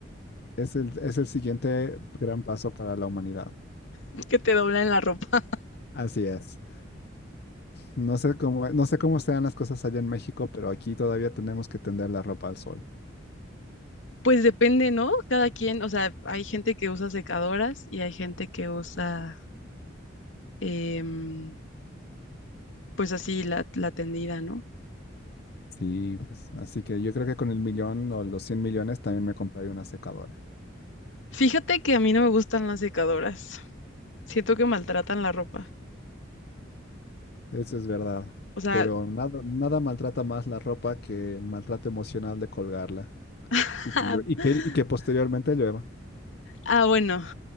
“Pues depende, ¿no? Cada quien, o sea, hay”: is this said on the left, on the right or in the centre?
Left